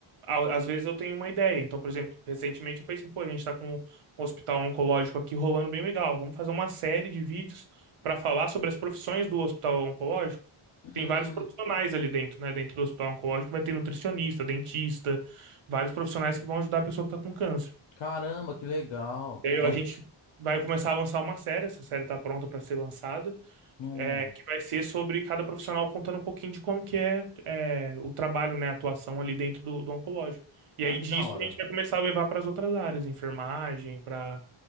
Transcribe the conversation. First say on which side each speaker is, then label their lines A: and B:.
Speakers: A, on the right; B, on the left.
A: a- às vezes eu tenho uma ideia. Então, por exemplo, recentemente eu falei assim, pô, a gente está com um hospital oncológico aqui rolando bem legal. Vamos fazer uma série de vídeos para falar sobre as profissões do hospital oncológico.
B: Hum,
A: Tem vários profissionais ali dentro, né? Dentro do hospital oncológico vai ter nutricionista, dentista, vários profissionais que vão ajudar a pessoa que está com câncer.
B: caramba, que legal.
A: E aí
B: É,
A: a gente vai começar a lançar uma série, essa série tá pronta para ser lançada,
B: nossa,
A: é, que vai ser sobre cada profissional contando um pouquinho de como que é, é, o trabalho, né, a atuação ali dentro do, do oncológico. E
B: ah,
A: aí
B: que
A: disso
B: da hora.
A: a gente vai começar a levar para as outras áreas, enfermagem, para